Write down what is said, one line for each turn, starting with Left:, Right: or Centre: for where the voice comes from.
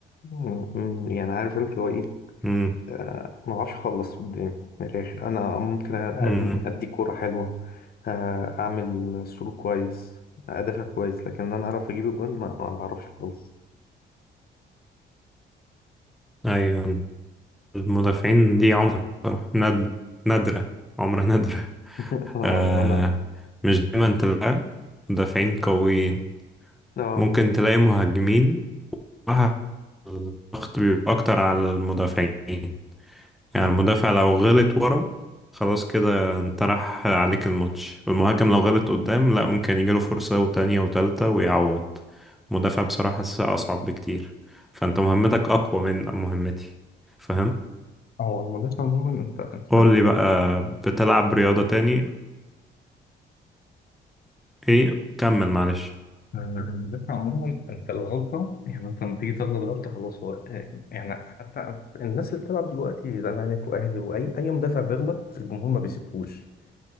Left: آه، آه، يعني عارف أنت اللي هو إيه
Centre: مم.
Left: آه، ما بعرفش أخلص قدام من الآخر أنا ممكن أرمي-
Centre: مم.
Left: أدي كورة حلوة آه، أعمل سلوك كويس أدافع كويس لكن إن أنا أعرف أجيب الجون ما ما بعرفش خالص
Centre: أيوة المدافعين دي عمرها بصراحة ند... نادرة عمرها نادرة
Left: <laughs> آه،
Centre: آه
Left: وأنا
Centre: مش دايما تلاقي مدافعين قويين
Left: آه،
Centre: ممكن
Left: آه،
Centre: تلاقي مهاجمين صراحة الضغط بيبقى أكتر على المدافعين يعني
Left: آه.
Centre: المدافع لو غلط ورا خلاص كده انت راح عليك الماتش المهاجم لو غلط قدام لا ممكن يجيله فرصة وتانية وتالتة ويعوض المدافع بصراحة حاسسها أصعب بكتير فأنت مهمتك أقوى من مهمتي فاهم
Left: هو المدافع عموما انت انت
Centre: قول لي بقى بتلعب رياضة تاني ايه كمل معلش
Left: المذاكرة عموما أنت الغلطة يعني أنت لما تيجي تغلط غلطة خلاص هو آه، يعني حتى الناس اللي بتلعب دلوقتي زمالك وأهلي وأي أي مدافع بيغلط الجمهور ما بيسيبهوش